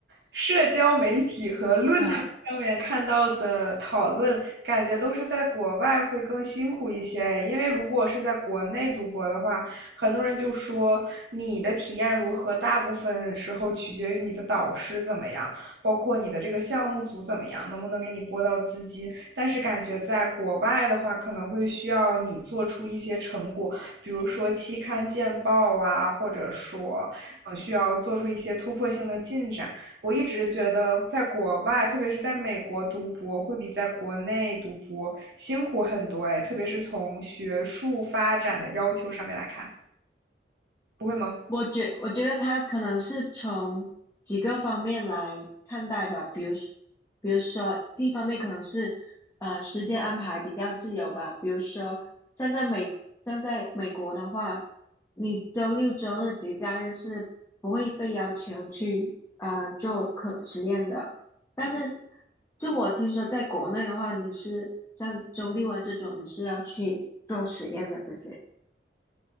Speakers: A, on the right; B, on the left.
A: 社交媒体和论坛上面看到的讨论，
B: 嗯
A: 感觉都是在国外会更辛苦一些。因为如果是在国内读博的话，很多人就说你的体验如何，大部分时候取决于你的导师怎么样，包括你的这个项目组怎么样，能不能给你拨到资金。但是感觉在国外的话，可能会需要你做出一些成果，比如说期刊见报啊，或者说，呃，需要做出一些突破性的进展。我一直觉得，在国外，特别是在美国读博，会比在国内读博辛苦很多哎，特别是从学术发展的要求上面来看，不会吗？
B: 我觉我觉得他可能是从几个方面来看待吧，比如比如说第一方面可能是呃时间安排比较自由吧，比如说像在美像在美国的话，你周六周日节假日是不会被要求去啊做科实验的，但是就我听说在国内的话，你是像周六啊这种你是要去做实验的这些，